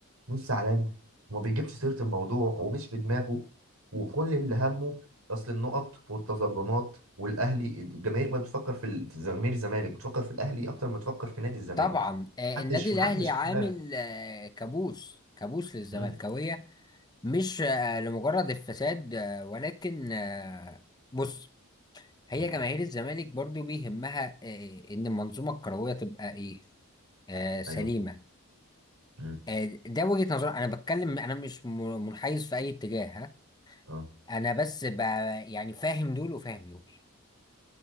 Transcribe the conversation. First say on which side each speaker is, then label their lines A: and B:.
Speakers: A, on the right; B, on the left.
A: مش زعلان وما بيجيبش سيرة الموضوع ومش في دماغه وكل اللي همه أصل النقط والتظلمات والأهلي الجماهير بقت بتفكر في ال- في جماهير الزمالك بتفكر في الأهلي أكتر ما بتفكر في نادي الزمالك
B: طبعا آه،
A: محدش
B: النادي
A: محدش
B: الاهلي عامل
A: خد باله
B: آه، كابوس كابوس للزملكاويه
A: مم.
B: مش آه، لمجرد الفساد آه، ولكن آه، بص هي
A: مم.
B: جماهير الزمالك برضو بيهمها آه، ان المنظومه الكرويه تبقى ايه آه، سليمه
A: ايوه مم.
B: آه، ده وجهه نظر انا بتكلم انا مش م- منحيز في اي اتجاه ها؟
A: اه
B: انا بس ب- يعني فاهم دول وفاهم دول